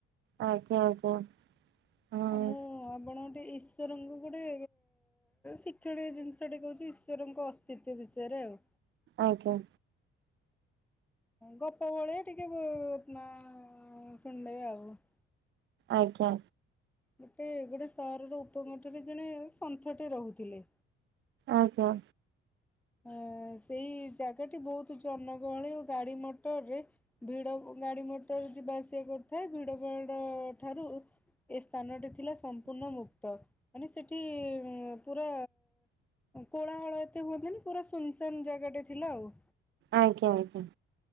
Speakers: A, on the right; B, in the centre.
A: ଆଜ୍ଞା ଆଜ୍ଞା ଆଜ୍ଞା। ହଁ
B: ମୁଁ ଆପଣ ଗୋଟେଇସ୍ ଈଶ୍ୱରଙ୍କୁ ଗୋଟେ ଶିକ୍ଷଣୀୟ ଜିନିଷଟେ କହୁଚି ଈଶ୍ୱରଙ୍କ ଅସ୍ତିତ୍ୱ ବିଷୟରେ ଆଉ।
A: ଆଜ୍ଞା।
B: ଗପ ଭଳିଆ ଟିକେ ଶୁଣି ଦେବେ ଆଉ। <unintelligible>
A: ଆଜ୍ଞା।
B: ଗୋଟେ ଗୋଟେ ସହରର ଉପମଠରେ ଜଣେ ସନ୍ଥଟେ ରହୁଥିଲେ।
A: ଆଜ୍ଞା।
B: ଅ ସେଇ ଜାଗାଟି ବହୁତୁ ଜନଗହଳି ଓ ଗାଡି ମଟରରେ ଭିଡ ଗାଡି ମଟର ଯିବା ଆସିବା କରୁଥାଏ ଭିଡ଼ ବଡ଼ ଠାରୁ ଏ ସ୍ଥାନଟି ଥିଲା ସମ୍ପୂର୍ଣ୍ଣ ମୁକ୍ତ ମାନେ ସେଠି ପୁର କୋଳାହଳ ଏତେ ହୁଅନ୍ତିନି ପୁରା ସୁନସାନ ଜାଗା ଟେ ଥିଲା ଆଉ।
A: ଆଜ୍ଞା ଆଜ୍ଞା।